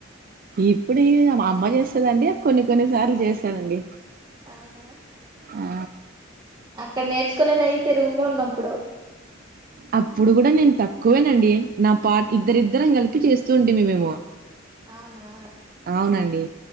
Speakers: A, on the right; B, on the right.
A: ఇప్పుడు అమ్మ చేస్తాదండి కొన్ని కొన్ని సార్లు చేస్తానండి
B: అవునా
A: ఆ
B: అక్కడ నేర్చుకోలేదు అయితే రూమ్ లో ఉన్నప్పుడు
A: అప్పుడు కూడా నేను తక్కువేనండి నా పాట ఇద్దరిద్దరం కలిపి చేస్తూ ఉంటేవి మేము
B: అవునా
A: అవునండి